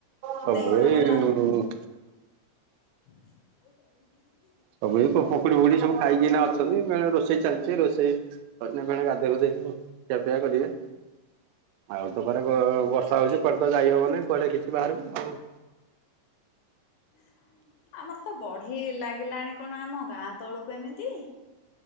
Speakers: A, on the left; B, on the right.
A: ଆଉ
B: ସବୁ
A: ଦେଇ ଘର
B: ଏଇ
A: ଭଲ
B: ହ ହୁଁ।
A: <unintelligible>
B: ସବୁ ଏଇ ପୋକୁଡି ଫୁଡି ସବୁ ଖାଇକିନା ଅଛନ୍ତି ରୋଷେଇ ଚାଲିଛି ରୋଷେଇ କ କ ଗାଧୋଇୁଧେଇ ଖିଆପିଆ କରିବେ। ଆଉ ତ ଘରେ ବର୍ଷା ହଉଛି କୁଆଡେ ତ ଯାଇ ହବନିଁ କୁଆଡେ କିଛି ବାହାରକୁ କଣ
A: <unintelligible> ଆମର ତ ବଢି ଲାଗିଲାଣି କଣ ଆମ ଗାଁ ତଳକୁ ଏମିତି